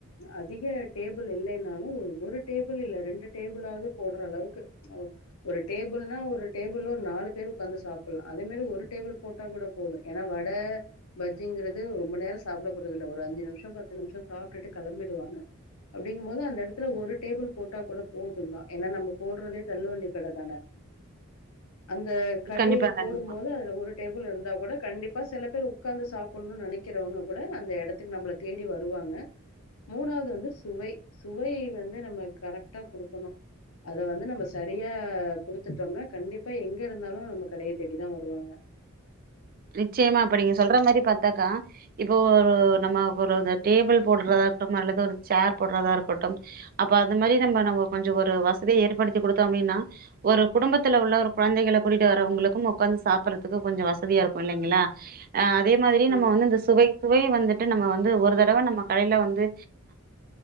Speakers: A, on the left; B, on the right.
A: அதிக டேபிள் இல்லைன்னாலு ஒரு டேபிள் இல்ல ரெண்டு டேபுளாவது போடற அளவுக்கு ஒரு டேபிள்னா ஒரு டேபிளு ஒரு நாலு பேரு உக்காந்து சாப்படலா அதே மாரி ஒரு டேபிள் போட்டா கூட போது ஏன்னா வடை பஜ்ஜிங்கிறது ரொம்ப நேர சாப்ட போறது இல்ல ஒரு அஞ்சு நிமிஷ பத்து நிமிஷ சாப்ட்டுட்டு கெளம்பிடுவாங்க அப்படிங்கும் போது அந்த எடத்துல ஒரு டேபிள் போட்டா கூட போதுந்தா ஏன்னா நம்ம போடறதே தள்ளுவண்டி கட தானே அந்த கடைய
B: கண்டிப்பா
A: போடும்போது
B: கண்டிப்பா
A: அதுல ஒரு டேப் பிள் இருந்தா கூட கண்டிப்பா சில பேர் உக்காந்து சாப்புடனுனு நெனைக்கிறவங்க கூட அந்த எடத்துக்கு நம்பள தேடி வருவாங்க மூணாவது வந்து சுவை சுவை வந்து நம்ம கர க்டா குடுக்கணு அத வந்து நம்ம சரியா குடுத்துட்டம்னா கண்டிப்பா எங்க இருந்தாலு நம்ம கடைய தேடிதா வருவாங்க
B: நிச்சயமா இப்ப நீங்க சொல்ற மாரி பாத்தாக்க இப்போ நம்ம ஒரு
A: ம்,
B: டேபிள் போடுறதாகட்டும் அல்ல து ஒரு சேர் போடறதா இருக்கட்டும் அப்ப அது மாரி நம்ம நம்ம கொஞ்ச
A: ம்,
B: ஒரு வசதிய ஏற்படுத் தி குடுத்தோ அப்டின்னா ஒரு குடும்பத்துல உள்ள ஒரு குழந்தைகள கூட்டிட்டு வரவங்களுக்கும் உக்காந்து சாப்பறதுக்கு கொஞ்ச வசதியா இருக் கு இல்லைங்களா அ அதே மாதிரி
A: ம்,
B: நம்ம வந்து அந்த சுவை சுவை வந்துட்டு நம்ம வந்து ஒரு தடவ நம்ம கடைல வந்து